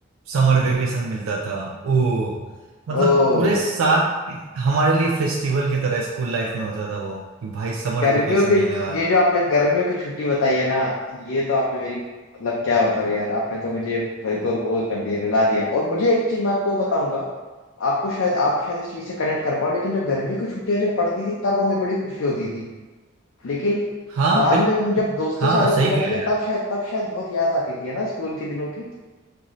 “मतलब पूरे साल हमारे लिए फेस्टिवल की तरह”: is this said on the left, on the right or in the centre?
Right